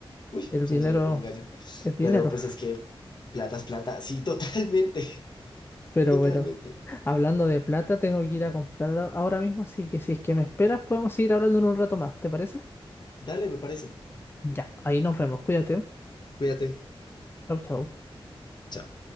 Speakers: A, on the left; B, on the left.
A: Uy,
B: El
A: se
B: dinero
A: me salió como un gallo.
B: es dinero.
A: Pero pues
B: <laughs>
A: es que plata es plata. Sí, <laughs> totalmente.
B: Pero
A: Totalmente.
B: bueno. Hablando de plata, tengo que ir a comprar a- ahora mismo, así que si es que me esperas, podemos seguir hablando en un rato más, ¿te parece?
A: Dale, me parece.
B: Ya, ahí nos vemos, cuídate.
A: Cuídate.
B: Chau, chau.
A: Chao.